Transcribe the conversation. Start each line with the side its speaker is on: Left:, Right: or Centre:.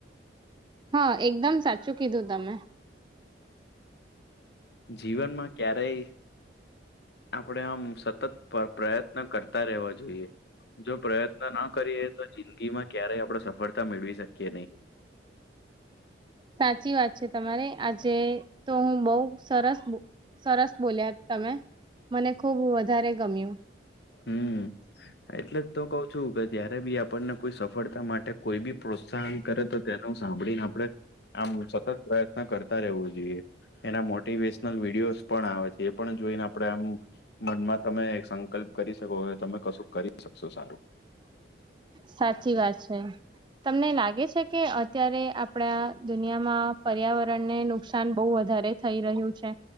Right: હા એકદમ સાચું કીધું તમે.
Left: જીવનમાં ક્યારેય આપણેે આમ સતત પ્રયત્ન કરતા રહેેવા જોઈએ. જો પ્રયત્ન ના કરીએ તો જિંદગી માં ક્યારેય આપડ સફળતા મેળવી શકીએ નહી.
Right: સાચી વાત છે તમારે આજે તો હું બહ સરસ સરસ બોલ્યા તમે મને ખુબ વધારે ગમ્યું
Left: હમ્મ એટલે જ તો કઉ છું કે જયારે બી આપણને કોઈ સફળતા માટે કોઈ બી પ્રોત્સાહન કરે તો તેનું સાંભળીને આપડે આમ સતત પ્રયત્ન કરતા રહેવું જોઈએ એના મોટિવેશનલ વિડીયોઝ પણ આવે છે પણ જોઈને આપડે આમ મનમાં તમે સંકલ્પ કરી શકો કે તમે કશું કરી શકશો સારું
Right: સાચી વાત છે તમને લાગે છે કે અત્યારે આપડા દુનિયામાં પર્યાવરણને નુકસાન બહુ વધારે થઈ રહ્યું છે.